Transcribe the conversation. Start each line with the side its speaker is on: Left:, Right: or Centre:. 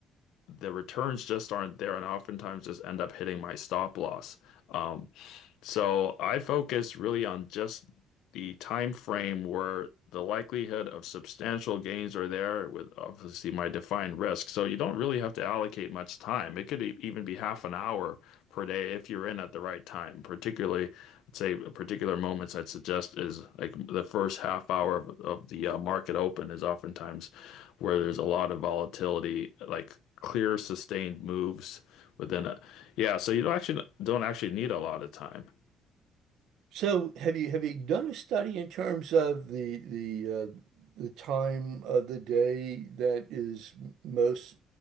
Left: the returns just aren't there, and oftentimes just end up hitting my stop loss. Um, so I focus really on just the time frame where the likelihood of substantial gains are there with obviously my defined risk. So you don't really have to allocate much time. It could e- even be half an hour per day if you're in at the right time. Particularly, let's say particular moments I'd suggest is like the first half hour of, of the uh, market open is oftentimes where there's a lot of volatility, like clear sustained moves within a yeah, so you don't actually don't actually need a lot of time.
Right: So, have you have you done a study in terms of the the uh, the time of the day that is most